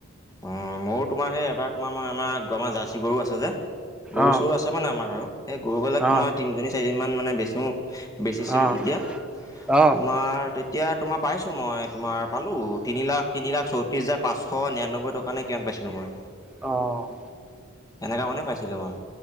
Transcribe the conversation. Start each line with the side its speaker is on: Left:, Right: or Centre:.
Left: অ', মোৰো তোমাৰ সেই এবাৰ তোমাৰ মই আমাৰ গমা জাৰ্চি গৰু আছে যে। গৰু
Centre: অ
Left: চৰু আছে মানে আমাৰ আৰু সেই গৰুবিলাক
Centre: অ
Left: তোমাৰ তিনিজনী চাৰিজনী মান মানে বেছো। বেছিচিলো
Centre: অ
Left: তেতিয়া
Centre: অ
Left: তোমাৰ তেতিয়া তোমাৰ পাইছোঁ মই তোমাৰ পালোঁ তিনি লাখ তিনি লাখ চৌত্ৰিছ হাজাৰ পাঁচশ নিৰানব্বৈ টকা নে কিমান পাইছিলোঁ মই।
Centre: অ'।
Left: এনেকুৱা মানে পাইছিলোঁ মই।